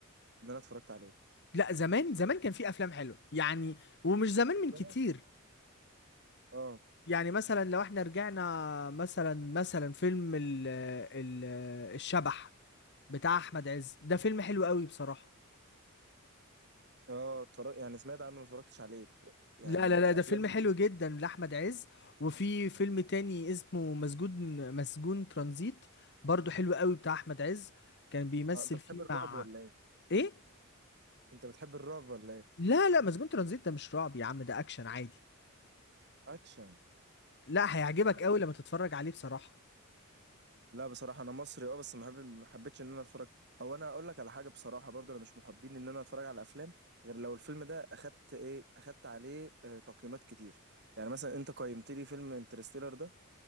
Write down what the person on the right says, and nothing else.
ان انا اتفرجت عليه
تمام.
اه
اه اتفرج يعني سمعت عنه ما اتفرجتش عليه ب- يعني
الافلام
دي
آه، انت بتحب
الرعب
ولا ايه
انت بتحب الرعب ولا ايه
اكشن
طب حلو.
لا بصراحه انا مصري اه بس ما حب- ما حبيتش ان انا اتفرج هو انا اقول لك على حاجه بصراحه برضه انا مش محبين ان انا اتفرج على افلام غير لو الفيلم ده اخدت ايه اخدت عليه آه، تقييمات كتير يعني مثلا انت قيمت لي فيلم انترستيلر ده